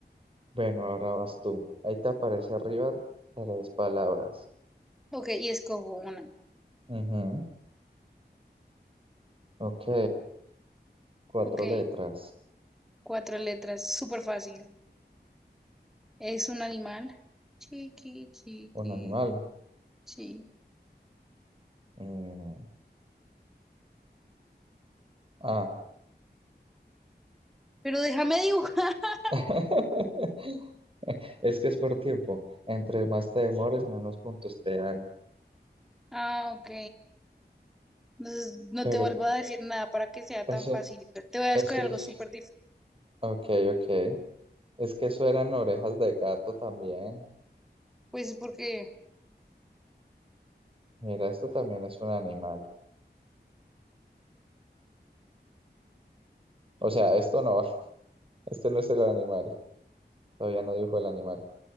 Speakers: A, on the right; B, in the centre.
A: Bueno, ahora vas tú. Ahí te aparece arriba tres palabras.
B: Ok, y escojo una.
A: Ujú. Ok, cuatro
B: Ok,
A: letras.
B: cuatro letras, súper fácil. Es un animal. Chiqui, chiqui,
A: Un animal.
B: chi.
A: Mm, ah.
B: Pero déjame dibujar. <laughs>
A: <laughs> Es que es por tiempo. Entre más te demores, menos puntos te dan.
B: Ah, ok. Entonces no
A: Pero
B: te vuelvo a decir nada para que sea
A: eso,
B: tan fácil. Te voy a
A: eso
B: escoger algo
A: es...
B: súper difícil.
A: Ok, ok. Es que eso eran orejas de gato también.
B: Pues porque...
A: Mira, esto también es un animal. O sea, esto no, <laughs> este no es el animal. Todavía no dibujo el animal.